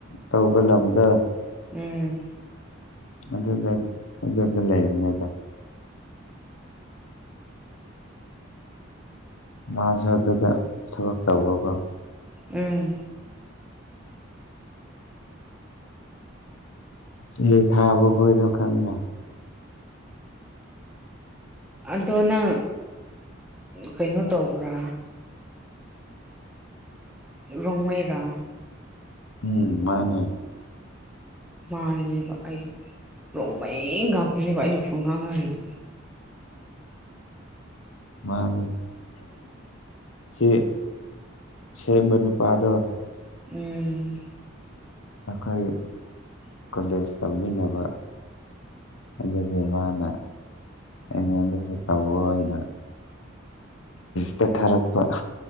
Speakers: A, on the left; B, in the centre.
A: ꯇꯧꯕ ꯂꯝꯗ
B: ꯎꯝ
A: ꯑꯗꯨꯗ ꯑꯗꯨꯗ ꯂꯩꯕꯅꯦꯗ ꯃꯥꯁ ꯑꯗꯨꯗ ꯊꯕꯛ ꯇꯧꯕꯀꯣ
B: ꯎꯝ
A: ꯁꯤ ꯊꯥꯕ ꯈꯣꯏꯗ ꯈꯪꯅꯤꯅ
B: ꯑꯗꯣ ꯅꯪ ꯀꯩꯅꯣ ꯇꯧꯕ꯭ꯔꯥ ꯔꯣꯡꯃꯩꯔꯥ
A: ꯎꯝ ꯃꯥꯅꯦ
B: ꯃꯥꯂꯕ ꯑꯩ ꯔꯣꯡ ꯃꯩ ꯉꯥꯛꯇꯣꯏꯅꯦꯕ ꯑꯩꯅ ꯐꯨ ꯉꯥꯡꯅꯔꯤꯗ
A: ꯃꯥꯅꯦ ꯁꯤ ꯁꯦꯝꯕ ꯅꯨꯄꯥꯗꯣ
B: ꯎꯝ
A: ꯑꯩꯈꯣꯏ ꯀꯣꯂꯦꯖ ꯇꯧꯃꯤꯟꯅꯕ ꯑꯗꯨꯗꯤ ꯃꯥꯅ ꯑꯩꯉꯣꯟꯗꯁꯨ ꯇꯧꯋ ꯑꯣꯏꯅ ꯇꯠ ꯊꯥꯔꯛꯄ